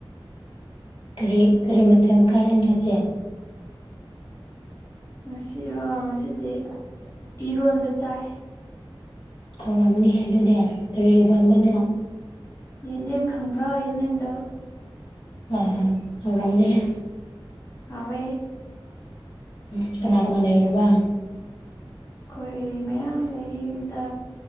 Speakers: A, on the left (about 75°); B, on the left (about 30°).
A: ꯀꯔꯤ ꯀꯔꯤ ꯃꯊꯦꯜ ꯀꯥꯔꯦ ꯉꯁꯤ
B: ꯉꯁꯤꯔꯣ ꯉꯁꯤꯗꯤ ꯏꯔꯣꯟꯕ ꯆꯥꯏ
A: ꯊꯧꯔꯝꯅꯤ ꯍꯦ ꯑꯗꯨꯗꯤ ꯀꯔꯤ ꯏꯔꯣꯝꯕꯅꯣ
B: ꯌꯦꯟꯗꯦꯝ ꯈꯪꯕ꯭ꯔꯣ ꯌꯦꯟꯗꯦꯝꯗꯣ
A: ꯑꯣꯏꯔꯝꯅꯤꯍꯦ
B: ꯍꯥꯎꯋꯦ
A: ꯎꯝ ꯀꯅꯥ ꯀꯅꯥ ꯂꯩꯔꯤꯕ
B: ꯑꯩꯈꯣꯏ ꯃꯌꯥꯝ ꯂꯩꯌꯦ ꯌꯨꯝꯗ